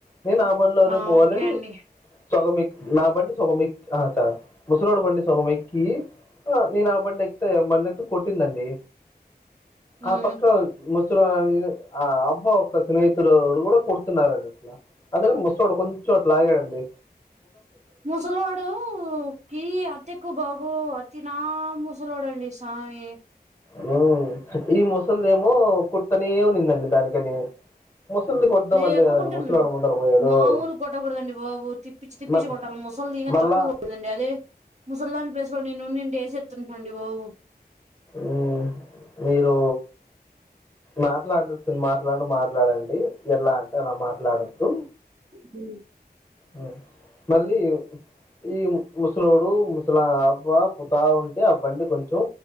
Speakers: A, on the left; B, on the right.
A: నేను నా బండ్లోనే
B: ఆ
A: పోవాలని
B: ఓకే అండి
A: సొగమిక్ నా బండి సొగమిక్ అ చా ముసలోడు బండి సగమేక్కి ఆ నేను ఆ బండి ఎక్తే మన్నెతే కొట్టిందండి
B: ఉమ్
A: ఆ పక్క ముస్ సుల్ అ అ అవ్వ ఒక స్నేహితులో ఎవరో కూడా కొడుతున్నారండి ఇట్లా అందుకని ముస్ లోడు కొంచెం అటు లాగడండి
B: ముసలాడు కి అతెక్కు బా ఓ అతి నా ముూసలోడండి సామి
A: మ్ ఈ ముసల్దేమో కోడ్తానే ఉనిందండి దానికని ముసలిని కొట్టడం
B: లేపోకుంటాన్నమ్మ్
A: వల్లే కదండి ముసలోడు ముందర పోయాడు
B: మాములు కొట్టకూదండి బాబు తిప్పించి తిప్పించి
A: మ
B: కొట్టాలి ముసల్ది దిని
A: మళ్ళా
B: తక్కువది కదండి అది ముసల్దని ప్లేసులో నేనుడింటె వేసేతుంటండి బాబు
A: మ్ మీరు మాట్లాడడుతు మాట్లాడుడు మాట్లాడండి ఇట్ల అంటన మాట్లాడొద్దు
B: మ్
A: మ్ మళ్ళీ ఈ ముసలోడు ముసలా అవ్వ పుతా ఉంటే అ బండి కొంచెం